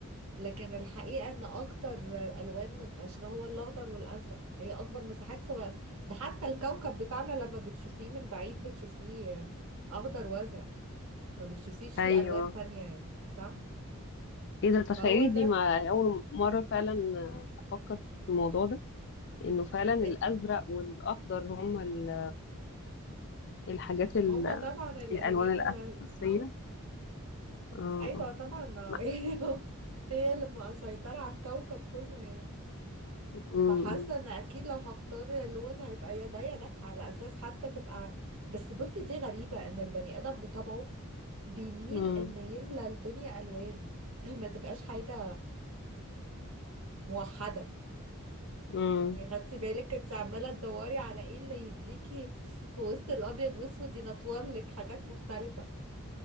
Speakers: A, on the right (about 85°); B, on the left (about 55°).
A: لكن الحقيقة ان اكتر الوان منتشرة هو الاخضر والازرق هي اكبر مساحات في وقف. ده حتى الكوكب بتاعنا لما بتشوفيه من بعيد بتشوفيه اخضر وازرق ما بتشوفيش
B: ايوه
A: فيه الوان تانية يعني صح
B: ايه ده تخيلي
A: فهو ده
B: دي مع اول مره فعلا افكر في الموضوع ده انه فعلا الازرق
A: إيه،
B: والاخضر هم ال- الحاجات ال-
A: هما طبعا الالوان
B: الالوان الاساسيه
A: اللي اه
B: اه
A: ايوه
B: اه
A: طبعا ما
B: ما-
A: <laughs> هي هي اللي مسيطرة على الكوكب كله يعني
B: أمم،
A: فحاسه ان اكيد لو هختار لون هيبقى يا ده يا ده على اساس حتى تبقى بس بصي دي غريبه ان البني ادم بطبعه بيميل
B: أمم،
A: ان يملى الدنيا الوان <laughs> <clears throat> ما تبقاش حاجه موحده
B: أمم،
A: يعني خدتي بالك انت عماله تدوري على ايه اللي يديكي في وسط الابيض واسود ينطور لك حاجات مختلفه